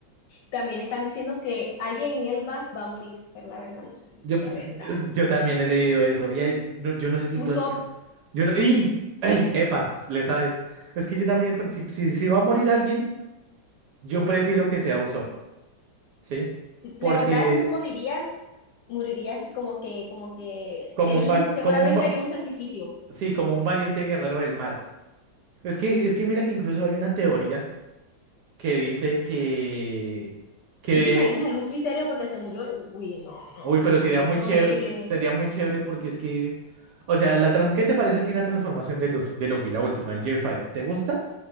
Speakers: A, on the left; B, on the right.
A: También están diciendo que alguien en el BAF va a morir, pero la verdad no sé si
B: Yo,
A: sea
B: pues,
A: verdad.
B: es- yo también he leído eso. Y hay, no- yo no sé si
A: Usopp,
B: tú has. vi- Yo no- ¡Ey! ¡Ey! ¡Epa! Le sabes. Es que yo también, pre- si, si, si va a morir alguien, yo prefiero que sea Usopp, ¿sí? Porque
A: la verdad Usopp moriría, moriría así como que, como que
B: como
A: él
B: un, val-
A: seguramente
B: como un, va-
A: haría un sacrificio.
B: sí, como un valiente guerrero del mar. Es que, es que mira que incluso hay una teoría que dice que, que,
A: ¿Tú te imaginas a Luffy serio porque se murió? Uy, no, no,
B: uy, pero
A: se
B: sería
A: debe
B: muy
A: ser
B: chévere,
A: horrible.
B: se- sería muy chévere porque es que, o sea, la, tran- ¿qué te parece a ti la transformación de Luffy, de Luffy, la última, el Gear 5? ¿Te gusta?